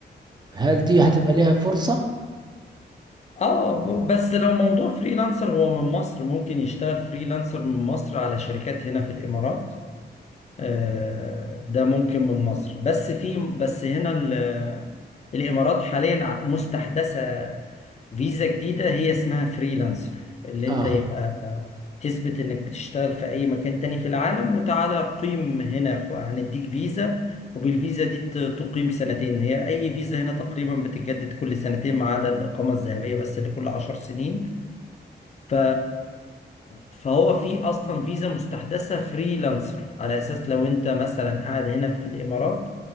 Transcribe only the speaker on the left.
اه بس لو موضوع فريلانسر هو من مصر ممكن يشتغل فريلانسر من مصر على شركات هنا في الامارات آه، ده ممكن من مصر بس في بس هنا ال- الإمارات حاليا ع- مستحدثة فيزا جديدة هي اسمها فريلانسر اللي
انت يبقى تثبت انك بتشتغل في اي مكان تاني في العالم وتعالى قيم هنا خ- هنديك فيزا وبالفيزا دي ت- تقيم سنتين هي اي فيزا هنا تقريبا بتتجدد كل سنتين ما عدا الإقامة الذهبية بس اللي كل عشر سنين ف... فهو في اصلا فيزا مستحدثه فريلانسر على اساس لو انت مثلا قاعد هنا في الامارات